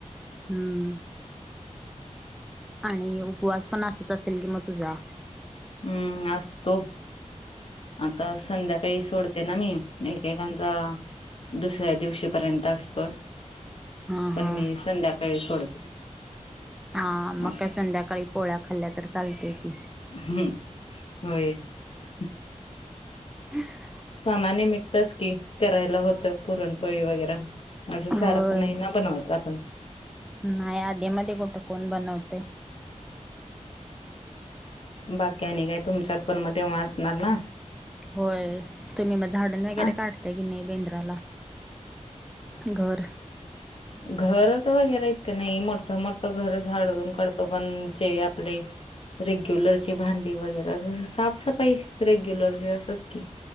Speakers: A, in the centre; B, on the left (about 45°).
A: हम्म आणि उपवास पण असत असेल कि मग तुझा
B: हम्म असतो आता संध्याकाळी सोडते ना मी एकेकांचा दुसऱ्या दिवशीपर्यंत असतोय
A: हा हा
B: पण मी संध्याकाळी सोडतो
A: हा मग
B: अस
A: काय संध्याकाळी पोळ्या खाल्ल्या तर चालते की
B: हम् होय हम <inaudible>
A: हम् <unintelligible>
B: सणानिमित्तच की करायला होतं पुरणपोळी वगैरा असं
A: होय
B: सारखं नाही ना बनवत आपण
A: नाही आधी मधे कुठं कोण बनवतय
B: बाकी् आणि काय तुमच्यात पण मग तेव्हा असणार ना
A: होय तुम्ही मग झाडण वगैरे
B: अ
A: काढता की नाही बेंद्राला घर
B: घर तर वगैरे इतक नाही मोठ मोठं घर झाडून काढतो पण जे आपले रेग्युलरची भांडी वगैर साफसफाई रेग्युलर जे असत की